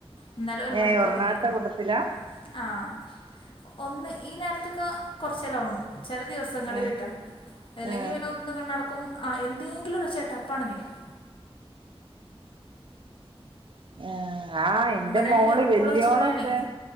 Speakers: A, on the left (about 55°); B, on the right (about 55°).
A: ഇന്നലെ ഒരു
B: ഏ
A: മണിക്ക്
B: ഉറങ്ങാത്ത
A: ഒറങ്ങീക്ക്ണ്
B: കൂട്ടത്തിലാ
A: ആഹ്. ഒന്ന് ഈ നേരത്തൊക്കെ കൊറച്ചേരം ഒറങ്ങും ചെല ദിവസങ്ങളില്
B: ആ
A: ട്ടോ അല്ലെങ്കി
B: ആ
A: പിന്നെ ഒന്ന് കണ്ണടക്കും ആഹ് എന്തേങ്കിലും ഒരൊച്ച കേട്ടാ അപ്പാണ്ടെണീക്കും
B: ആഹ് ആഹ് ഇന്റെ
A: ഇവിടെ
B: മോള്
A: ആണെങ്കിൽ എപ്പോഴും
B: വല്യോളൊക്കെ.
A: ഒച്ചമൂളിയാണേ